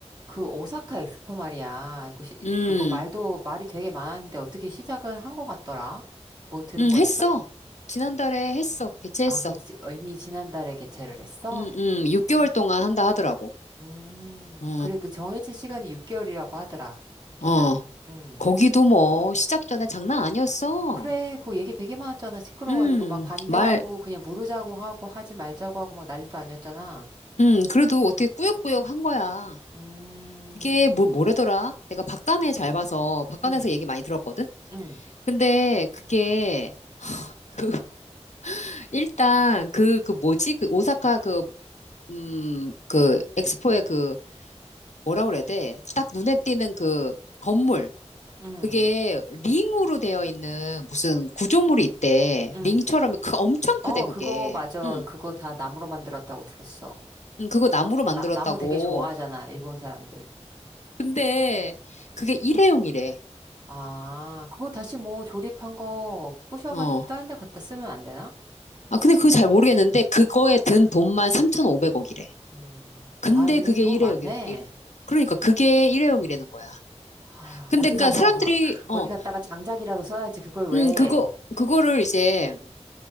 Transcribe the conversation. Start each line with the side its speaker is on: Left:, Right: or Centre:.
Right: 그 오사카 엑스포 말이야. 이거 시,
Left: 음,
Right: 그거 말도 말이 되게 많았는데 어떻게 시작을 한 것 같더라? 뭐 들은
Left: 음,
Right: 거
Left: 했어.
Right: 있어?
Left: 지난달에 했어. 개최했어.
Right: 아, 그 지- 이미 지난달에 개최를 했어?
Left: 음, 음, 6개월
Right: 음,
Left: 동안 한다 하더라고.
Right: 음,
Left: 어,
Right: 그래 그 정해진 시간이 6개월이라고 하더라. 기한이.
Left: 어.
Right: 음.
Left: 거기도 뭐, 시작 전에 장난 아니었어.
Right: 그래, 그거 얘기 되게 많았잖아. 시끄러워가지고
Left: 음,
Right: 막 반대하고
Left: 말,
Right: 그냥 무르자고 하고 하지 말자고 하고 막 난리도 아니었잖아.
Left: 음, 그래도 어떻게 꾸역꾸역 한 거야.
Right: 음,
Left: 그게 뭐, 뭐래더라? 내가 박간에 잘 봐서, 박간에서
Right: 음,
Left: 얘기 많이 들었거든?
Right: 음,
Left: 근데 그게, 그, <laughs> 일단, 그, 그 뭐지? 그 오사카 그, 음, 그, 엑스포의 그, 뭐라 그래야 돼? 딱 눈에 띄는 그 건물.
Right: 음,
Left: 그게 링으로 되어 있는 무슨 구조물이 있대.
Right: 음.
Left: 링처럼 크, 엄청 크대,
Right: 어,
Left: 그게.
Right: 그거 맞아.
Left: 응.
Right: 그거 다 나무로 만들었다고 들었어.
Left: 응, 그거 나무로
Right: 나,
Left: 만들었다고.
Right: 나무 되게 좋아하잖아, 일본 사람들.
Left: 근데 그게 일회용이래.
Right: 아, 그거 다시 뭐 조립한 거 부셔가지고
Left: 어.
Right: 다른 데 갖다 쓰면 안 되나?
Left: 아, 근데 그거 잘 모르겠는데 그거에 든 돈만 3,500억이래.
Right: 음,
Left: 근데
Right: 아, 일,
Left: 그게
Right: 돈
Left: 일회용이래.
Right: 많네.
Left: 일- 그러니까 그게 일회용이라는 거야.
Right: 아,
Left: 근데
Right: 어디
Left: 그러니까
Right: 가서,
Left: 사람들이
Right: <laughs>
Left: 어,
Right: 어디 갔다가 장작이라도 써야지, 그걸 왜.
Left: 음, 그거 그거를 이제
Right: 음,